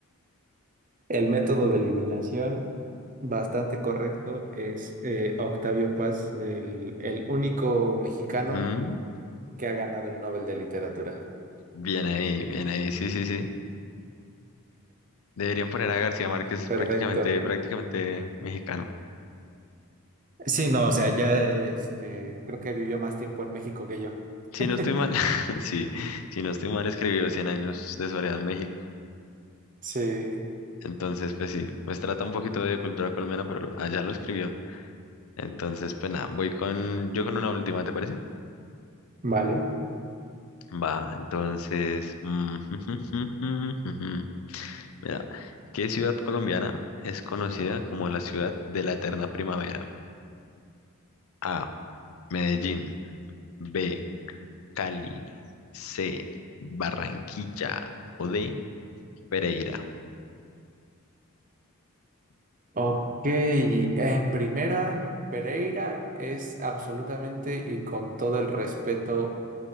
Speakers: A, on the right; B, on the left.
A: El método de eliminación, bastante correcto, es eh, Octavio Paz, el, el único mexicano
B: Ujú,
A: que ha ganado el Nobel de Literatura.
B: Bien ahí, bien ahí, sí, sí, sí. Deberían poner a García Márquez, es
A: Perfecto.
B: prácticamente, prácticamente mexicano.
A: Sí, no, o sea, ya este, creo que vivió más tiempo en México que yo.
B: Si
A: <laughs>
B: no estoy mal, <laughs> sí, si no estoy mal, escribió cien años de soledad en México.
A: Sí,
B: Entonces, pues sí, pues trata un poquito de cultura colombiana, pero allá lo escribió. Entonces, pues nada, voy con, yo con una última, ¿te parece?
A: vale.
B: Va, entonces, mm, <laughs> mira, ¿qué ciudad colombiana es conocida como la ciudad de la eterna primavera? A, Medellín, B, Cali, C, Barranquilla o D, Pereira.
A: Ok, en primera, Pereira es absolutamente y con todo el respeto